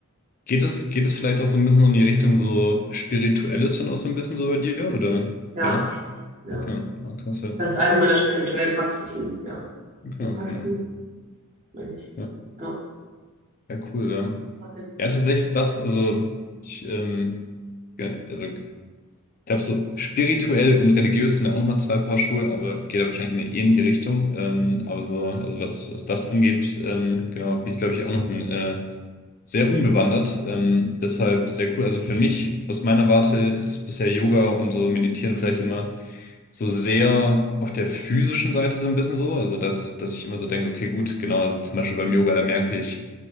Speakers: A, on the left (about 40°); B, on the right (about 35°).
A: Geht es, geht es vielleicht auch so ein bisschen in die Richtung so Spirituelles dann auch so ein bisschen so bei dir, oder?
B: Ja,
A: Ja?
B: absolut. Ja.
A: Okay, ja, krass, ja.
B: Das ist eine meiner spirituellen Praxisen. Ja.
A: Okay, okay.
B: Praxisen, meine ich.
A: Ja,
B: Ja,
A: ja cool, ja.
B: auf jeden Fall.
A: Ja, tatsächlich ist das, also ich, ähm, ja, also ich glaube so spirituell und religiös sind ja auch nochmal zwei Paar Schuhe, aber geht ja wahrscheinlich in eine ähnliche Richtung. Ähm, aber so, also was, was das angeht, ähm, genau, bin ich glaube ich auch noch ein äh, sehr unbewandert, ähm, deshalb sehr cool. Also für mich, aus meiner Warte, ist bisher Yoga und so Meditieren vielleicht immer so sehr auf der physischen Seite so ein bisschen so. Also dass, dass ich immer so denke, okay, gut, genau, also zum Beispiel beim Yoga, da merke ich,